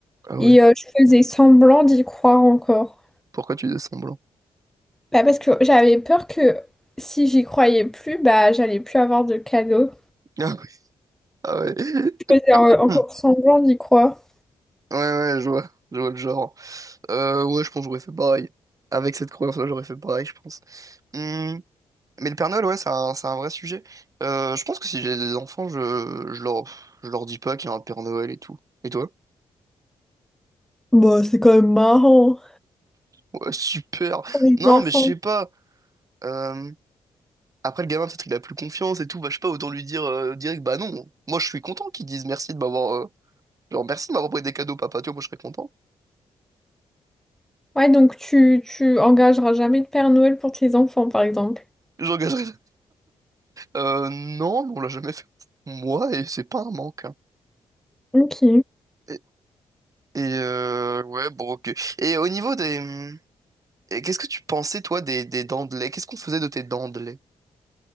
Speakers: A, on the right; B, in the centre.
A: Ah
B: et
A: ouais.
B: euh, je faisais semblant d'y croire encore.
A: Pourquoi tu fais semblant? <laughs>
B: Bah, parce que j'avais peur que si j'y croyais plus, bah j'allais plus avoir de cadeaux.
A: Ah ouais. Ah ouais. <laughs>
B: Je faisais euh, encore
A: Hmm.
B: semblant d'y croire.
A: Ouais, ouais, je vois. Je vois le genre. Euh, ouais, je pense que j'aurais fait pareil. Avec cette croyance-là, j'aurais fait pareil, je pense. Hmm. Mais le Père Noël, ouais, c'est un, c'est un vrai sujet. Euh, je pense que si j'ai des enfants, je, je leur, je leur dis pas qu'il y a un Père Noël et tout. Et toi?
B: Bah, c'est quand même marrant.
A: Ouais, super.
B: Pour les
A: Non,
B: enfants.
A: mais je sais pas. euh, Après, le gamin, peut-être il a plus confiance et tout. Bah, je sais pas, autant lui dire euh, direct, bah non. Moi, je suis content qu'ils disent merci de m'avoir. euh, Genre, merci de m'avoir pris des cadeaux, papa. Tu vois, moi, je serais content.
B: Ouais, donc tu, tu engageras jamais de Père Noël pour tes enfants, par exemple.
A: J'engagerais. <laughs> Euh, non, mais on l'a jamais fait pour moi et c'est pas un manque. hein.
B: Ok.
A: Et, et, euh, ouais, bon, ok. Et au niveau des. hum, et Qu'est-ce que tu pensais, toi, des, des dents de lait? Qu'est-ce qu'on faisait de tes dents de lait?